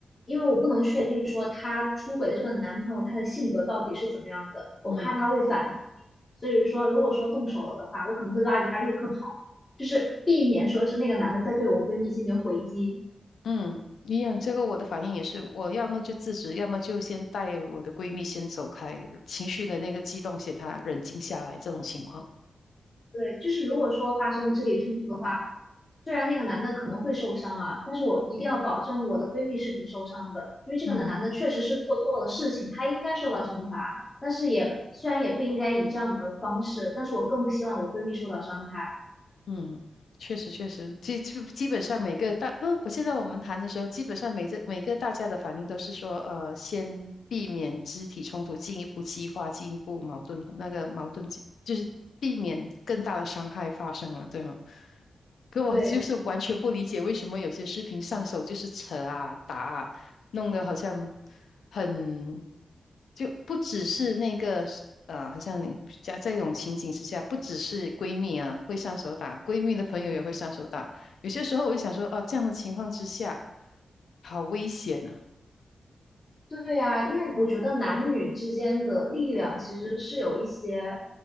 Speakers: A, on the left; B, on the left.
A: 因为我不能确定说她出轨的这个男朋友他的性格到底是怎么样的，我怕他会反。
B: 嗯。
A: 所以说，如果说动手了的话，我可能会拉着他立刻跑，就是避免说是那个男的在对我闺蜜进行回击。
B: 嗯，一样，这个我的反应也是，我要么就制止，要么就先带我的闺蜜先走开，情绪的那个激动，先她冷静下来，这种情况。
A: 对，就是如果说发生肢体冲突的话，虽然那个男的可能会受伤啊，但是我一定要保证我的闺蜜是不受伤的，因为这个男的确实是做错了事情，
B: 嗯。
A: 他应该受到惩罚，但是也虽然也不应该以这样的方式，但是我更不希望我闺蜜受到伤害。
B: 嗯，确实确实，基基基本上每个大，嗯，我现在我们谈的时候，基本上每次每个大家的反应都是说，呃，先避免肢体冲突，进一步激化，进一步矛盾，那个矛盾激就是避免更大的伤害发生了，对吗？可我就是完全不理解为什么有些视频上手就是扯啊打啊，
A: 对，
B: 弄得好像。很，就不只是那个呃，好像你在在一种情景之下，不只是闺蜜啊会上手打，闺蜜的朋友也会上手打。有些时候我就想说，哦、这样的情况之下，好危险啊！
A: 对呀，因为我觉得男女之间的力量其实是有一些，